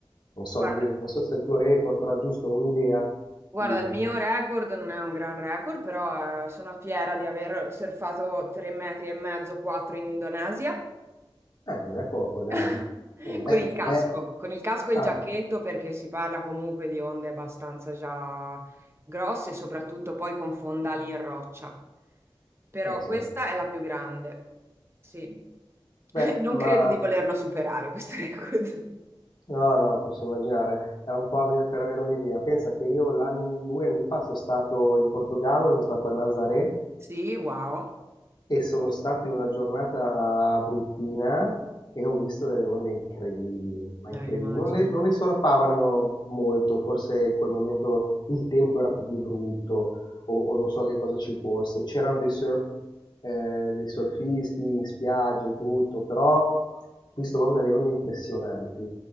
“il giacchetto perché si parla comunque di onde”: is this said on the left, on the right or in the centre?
Right